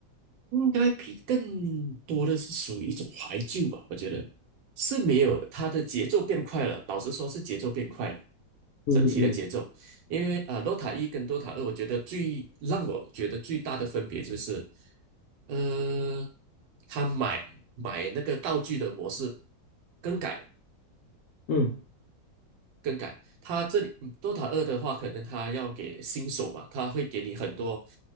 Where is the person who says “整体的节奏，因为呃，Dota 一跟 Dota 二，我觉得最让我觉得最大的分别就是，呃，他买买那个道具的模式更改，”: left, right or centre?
Right